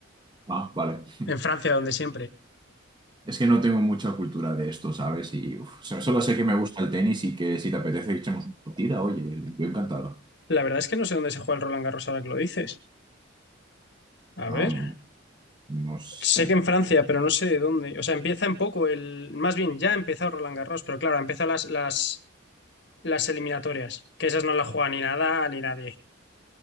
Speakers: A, on the right; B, on the left.
A: Ah, vale. <laughs>
B: en Francia, donde siempre.
A: Es que no tengo mucha cultura de esto, ¿sabes? Y uf, o sea, solo sé que me gusta el tenis y que si te apetece que echemos una partida, oye, yo encantado.
B: La verdad es que no sé dónde se juega el Roland Garros ahora que lo dices. A ver,
A: Am, no sé.
B: sé que en Francia, pero no sé de dónde. O sea, empieza en poco el. Más bien, ya ha empezado Roland Garros, pero claro, ha empezado las, las, las eliminatorias, que esas no las juega ni Nadal ni nadie.